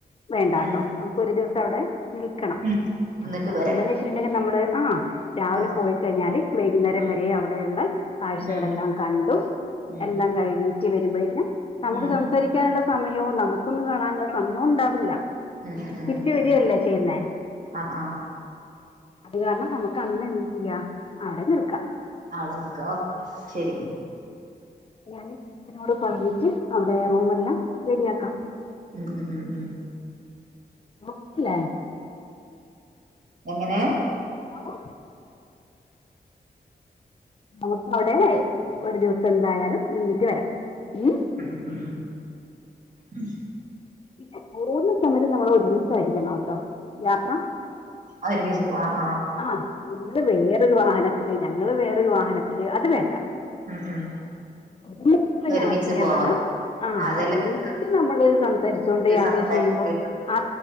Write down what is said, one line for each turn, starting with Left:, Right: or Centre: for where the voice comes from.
Left: വേണ്ട കേട്ടോ
Right: ഉം
Left: നമുക്ക് ഒരു ദിവസം അവിടെ നിൽക്കണം
Right: ഉം എന്നിട്ട് വരാം
Left: എന്താന്ന് വെച്ചിട്ടുണ്ടെങ്കിൽ നമ്മള് ആ രാവിലെ
Right: ആഹ്
Left: പോയി കഴിഞ്ഞാല് വൈകുന്നേരം
Right: ഉം
Left: വരെ അവിടെ ഉള്ള കാഴ്ചകളെല്ലാം
Right: ഉം ഉം
Left: കണ്ടു
Right: ഉം
Left: എല്ലാം കഴിഞ്ഞി ട്ടു വരുമ്പോഴേക്കും നമുക്ക്
Right: ഉം
Left: സംസാരിക്കാനുള്ള സമയോം നമുക്കൊന്നും കാണാനുള്ള സമയോം ഉണ്ടാവില്ല
Right: ഉം ഉം
Left: തിരിച്ച് വരുവല്ലേ ചെയ്യുന്നേ
Right: ആഹ് ആഹ്
Left: അത് കാരണം നമുക്ക് അന്ന് എന്ത് ചെയ്യാം അവിടെ നിൽക്കാം
Right: അവിടെ നിക്ക ഒ ശരി
Left: ഞാൻ സിനോട് പറഞ്ഞിട്ട് അവിടെ റൂം എല്ലാം റെഡിയാക്കാം
Right: ഉം ഉം ഉം ഉം
Left: മുത്തിലെ
Right: എങ്ങനെ
Left: ആഹ് നമുക്ക് അവിടെ ഒരു ദിവസം എന്തായാലും നിന്നിട്ട് വരാം ഉം
Right: ഉം ഉം
Left: പിന്നെ പോകുന്ന സമയത്ത് നമ്മൾ ഒരുമിച്ചായിരിക്കണോട്ടോ യാത്ര
Right: ഒരുമിച്ച് പോവാം ആ
Left: ആഹ് നിങ്ങള് വേറൊരു വാഹനത്തില് ഞങ്ങള് വേറൊരു വാഹനത്തില് അത് വേണ്ട
Right: ഉം ഉം
Left: ഒരുമിച്ചുള്ള
Right: ഒരുമിച്ച്
Left: യാത്രയാണ്
Right: പോവാ
Left: ആ
Right: അതല്ലേ
Left: ഒരുമിച്ച്
Right: രസം
Left: നമ്മള് സംസാരിച്ചോ ണ്ട് യാത്ര
Right: സംസാരിച്ച്
Left: ചെയ്യുമ്പോ അ